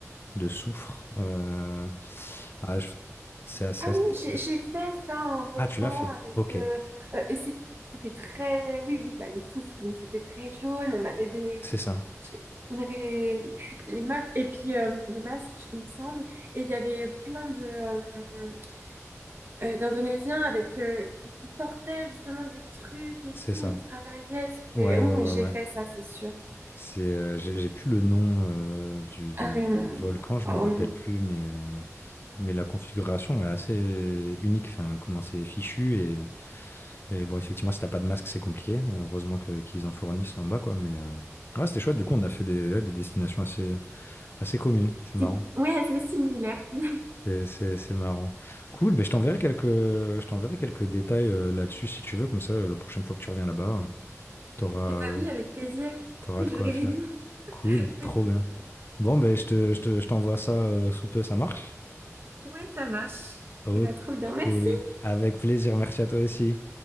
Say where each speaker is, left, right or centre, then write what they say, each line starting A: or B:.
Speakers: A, on the left (about 45°); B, on the right (about 45°).
A: de soufre. euh, ah, je- c'est assez,
B: Ah
A: assez
B: oui, j'ai
A: chouette.
B: j'ai fait ça en volcan
A: Ah, tu l'as fait.
B: avec
A: Ok,
B: euh, euh, et c'était c'était très oui oui bah le soufre donc c'était très jaune on avait des
A: c'est ça.
B: on avait les, les marques et puis euh, les masques il me semble et il y avait plein de euh, euh, d'Indonésiens avec euh, qui, qui portaient justement des trucs et
A: C'est
B: tout,
A: ça.
B: ils travaillaient, c'était...
A: Ouais,
B: Oui,
A: ouais,
B: mais
A: ouais,
B: j'ai
A: ouais.
B: fait ça, c'est sûr.
A: C'est, euh, j'ai j'ai plus le nom euh, du, du
B: Euh,
A: du volcan, je
B: alors,
A: me rappelle plus, mais, euh, mais la configuration est assez unique. Enfin, comment c'est fichu et, et bon, effectivement, si t'as pas de masque, c'est compliqué. Heureusement que- qu'ils en fournissent en bas, quoi. Mais euh, ouais, c'était chouette. Du coup, on a fait des, ouais, des destinations assez, assez communes. C'est marrant.
B: Si- Oui, c'est similaire finalement.
A: C'est c'est- c'est marrant. Cool. Ben, je t'enverrai quelques, je t'enverrai quelques détails euh, là-dessus si tu veux. Comme ça, la prochaine fois que tu reviens là-bas, t'auras
B: Eh bah
A: euh,
B: oui, avec plaisir.
A: T'auras
B: J'aurai
A: de quoi faire.
B: les noms.
A: Cool,
B: Ouais,
A: trop
B: c'est
A: bien.
B: clair.
A: Bon, ben, je te, je te- je t'envoie ça euh, sous peu, ça marche?
B: Ouais, ça marche.
A: Ok,
B: Eh bah trop bien, merci.
A: avec plaisir, merci à toi aussi.